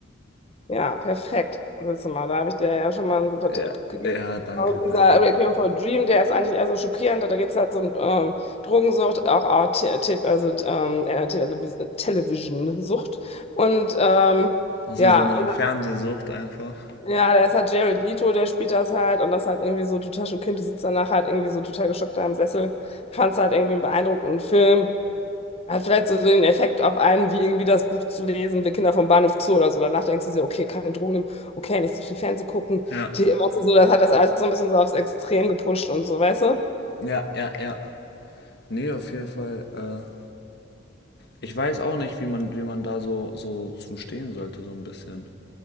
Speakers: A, on the left; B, on the left.
A: ja, perfekt. Siehst du mal, da habe ich dir ja schon mal einen super
B: Ja,
A: Tipp gegeben.
B: ja, danke,
A: Und
B: danke,
A: dieser
B: danke.
A: Requiem for a Dream, der ist eigentlich eher so schockierend, da geht es halt so um ähm, Drogensucht, auch, auch Te- Te- also, ähm, äh, Televis Television-Sucht. Und ähm,
B: Also
A: ja,
B: so eine Art Fernsehsucht einfach.
A: Ja, da ist halt Jared Leto, der spielt das halt und das halt irgendwie so total schockierend. Du sitzt danach halt irgendwie so total geschockt da im Sessel. Ich fand es halt irgendwie einen beeindruckenden Film. Hat vielleicht so so den Effekt auf einen, wie irgendwie das Buch zu lesen, Wir Kinder vom Bahnhof Zoo oder so. Danach denkst du dir, okay, keine Drogen nehmen, okay, nicht so viel Fernsehen gucken.
B: Ja.
A: Die, weißt du, so, das hat das alles so ein bisschen so aufs Extrem gepusht und so, weißt du?
B: Ja, ja, ja. Nee, auf jeden Fall. Äh, ich weiß auch nicht, wie man, wie man da so, so zu stehen sollte, so ein bisschen.